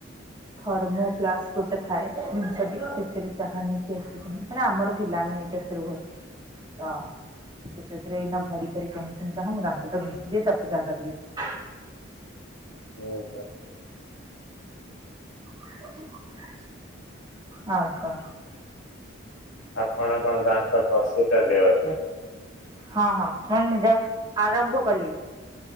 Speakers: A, on the right; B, on the left.
A: ଥର୍ମୋ ପ୍ଲାସ ଗୋଟେ ଥାଏ ଜିନିଷ ଟି ସେଥିରେ ଚାହା ନେଇକି ଆସିଚନ୍ତି ମାନେ ଆମର ଥିଲା, ମାନେ ନେଇକି ଆସିଥିଲୁ ଘରୁ ତ। ସେ ସେଥିରେ ଏଇନା ଭରି କରିକି ଆଣିଚନ୍ତି ଚାହା ମୁଁ ଦାନ୍ତ ଟା ଘସି ଦିଏ ତାପରେ ଚାହା ଟା ପିଇଦେବି। <inaudible>
B: <unintelligible>
A: <inaudible> ହଁ ପା?
B: ଆପଣ କଣ ଦାନ୍ତ ଘଷୁଛନ୍ତି ବୋଧେ?
A: ହଁ ହଁ ମୁଁ ନିଜଷ୍ଟ ଆରମ୍ଭ କଲି।